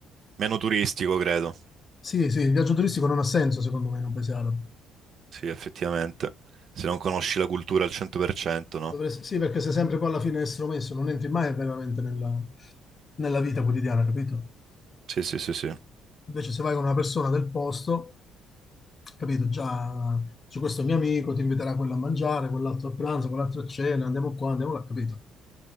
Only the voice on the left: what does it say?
Sì, sì, il viaggio turistico non ha senso secondo me in un paese arabo.
Dovresti- sì, perché sei sempre poi alla fine estromesso, non entri mai veramente nella, nella vita quotidiana, capito?
Invece se vai con una persona del posto... capito? Già c'è questo mio amico, ti inviterà quello a mangiare, quell'altro a pranzo, quell'altro a cena, andiamo qua, andiamo là, capito?